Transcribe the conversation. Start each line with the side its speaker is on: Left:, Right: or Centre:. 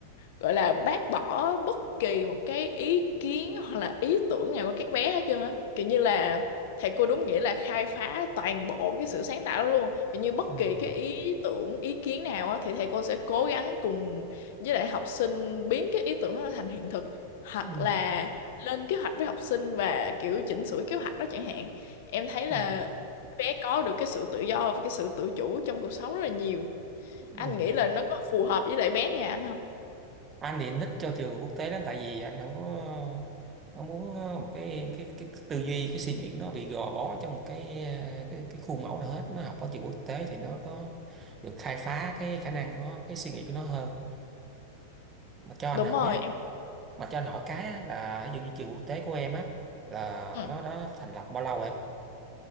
Left: gọi là bác bỏ bất kỳ một cái ý kiến hoặc là ý tưởng nào của các bé hết trơn á kiểu như là thầy cô đúng nghĩa là khai phá toàn bộ cái sự sáng tạo đó luôn kiểu như bất
Right: ừ.
Left: kỳ cái ý tưởng ý kiến nào á thì thầy cô sẽ cố gắng cùng với lại học sinh biến cái ý tưởng đó thành hiện thực hoặc
Right: Ừ.
Left: là lên kế hoạch với học sinh và kiểu chỉnh sửa kế hoạch đó chẳng hạn em thấy
Right: Ừ.
Left: là bé có được cái sự tự do và cái sự tự chủ trong cuộc sống rất là nhiều
Right: Ừ.
Left: anh nghĩ là nó có phù hợp với lại bé nhà anh không
Right: anh thì anh thích cho trường quốc tế lắm tại vì anh không có không muốn ờ, một cái cái cái tư duy cái suy nghĩ của nó bị gò bó trong một cái ờ, cái cái khuôn mẫu nào hết nó học ở trường quốc tế thì nó có được khai phá cái khả năng của nó cái suy nghĩ của nó hơn mà cho anh
Left: đúng
Right: hỏi
Left: rồi
Right: á
Left: em
Right: mà cho anh hỏi cái á, là ví dụ như trường quốc tế của em á là
Left: ừ.
Right: nó đã thành lập bao lâu em